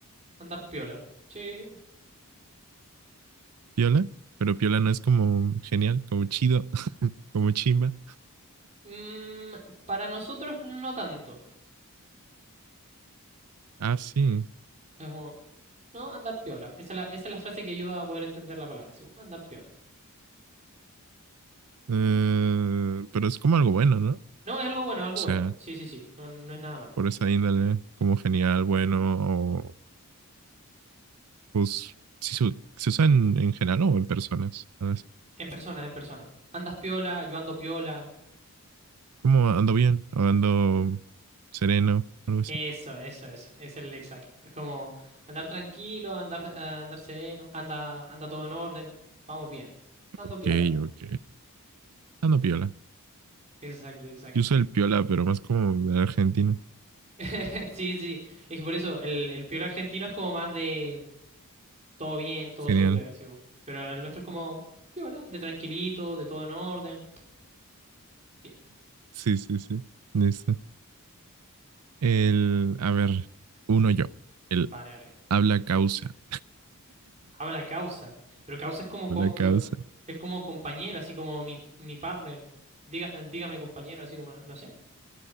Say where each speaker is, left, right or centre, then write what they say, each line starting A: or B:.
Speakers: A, on the right; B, on the right.
A: Andar piola. Sí.
B: Piola, pero piola no es como genial, como chido, <laughs> como chimba.
A: Mm, para nosotros no tanto.
B: Ah, sí.
A: Es como, no, andar piola. Esa es la, esa es la frase que ayuda a poder entender la palabra. así como, andar piola.
B: Eh, pero es como algo bueno, ¿no? O
A: No, es algo bueno, algo
B: sea,
A: bueno. Sí, sí, sí. No, no es nada malo.
B: por esa índole, como genial, bueno pues sí se, se usa en, en general o en personas. ¿sabes?
A: En persona, en persona. Andas piola, yo ando piola.
B: Como ando bien o ando sereno, algo así.
A: Eso, eso, eso. Es el exacto. Es como andar tranquilo, andar, eh, andar sereno, anda, anda todo en orden. Vamos bien. Ando
B: Ok,
A: piola.
B: ok. Ando piola.
A: Exacto, exacto.
B: Yo uso el piola, pero más como de Argentina.
A: <laughs> Sí, sí. Es que por eso el, el piola argentino es como más de todo bien, todo
B: Genial.
A: súper, sí. bo. Pero el nuestro es como piola, de tranquilito, de todo en orden. Bien,
B: Sí, sí, sí. Listo. El, a ver, uno yo. El
A: vale, vale.
B: habla causa.
A: Habla causa. Pero causa es como com-
B: Habla causa.
A: eh, es como compañero, así como mi, mi partner. Diga, eh, dígame compañero, así como, no sé.